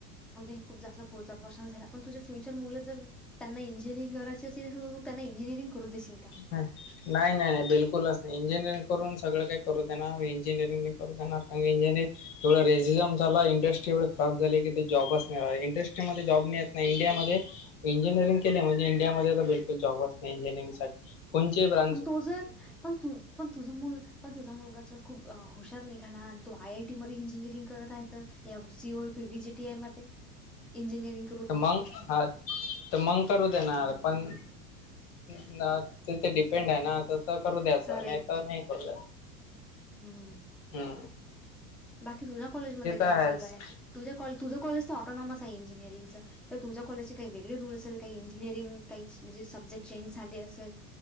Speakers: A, in the centre; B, on the left (about 50°).
A: म्हणजे हे खूप जास्त पुढचा प्रश्न झाला पण तुझे फ्युचर मुल जर त्यांना इंजिनिअरिंग करायची असली मग त्यांना इंजिनिअरिंग करू देशील का.
B: हा नाही नाही नाही बिलकुलच नाही. इंजिनिअरिंग करून सगळं काही करू देणार इंजिनअरिंग नाही करू देणार कारण इंजिनिअरिंग एवढ रेसिझम झाला इंडस्ट्री एवढी खराब झाली की ते जॉबच नाही राहिला. इंडस्ट्रीमध्ये जॉब मिळत नाही इंडियामध्ये. इंजिनअरिंग केली म्हणजे इंडियामध्ये तर बिल्कुल जॉबच नाही इंजिनअरिंगसाठी. कोणचे ब्रँ
A: पण तो जर पण तू पण तुझा मुल पण तुझा मुलगा. जर खूप हुशार निघाला आणि तो आय आय टी मध्ये इंजिनिअरिंग करत आहे तर ह्या C O V J T I मध्ये इंजिनिरिंग
B: तर मग हा तर मंग करू देणार पण ते तर डिपेंड आहे ना तर. तर करू द्याचं
A: करेक्ट
B: नाही तर नाही करू द्याचं.
A: हम्म.
B: हम्
A: बाकी तुझ कॉलेज मध्ये कसं
B: आहेच
A: चालू आहे. तुझ तुझं कॉलेच तर ऑटॉनॉमस आहे इंजिअरिंग चं तर तुमच्या कॉलेजचे काही वेगळे रूल असेल काही इंजिनिअरिंग काही म्हणजे सब्जेक्ट चेंज झाले असेल.